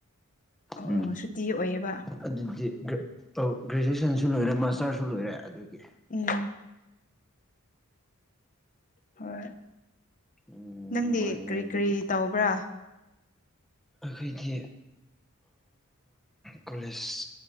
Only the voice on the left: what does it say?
ꯑꯣ
ꯑꯣ ꯁꯨꯇꯤ ꯑꯣꯏꯌꯦꯕ
ꯎꯝ ꯍꯣꯏ
ꯅꯪꯗꯤ
ꯀꯔꯤ
ꯀꯔꯤ ꯇꯧꯕ꯭ꯔꯥ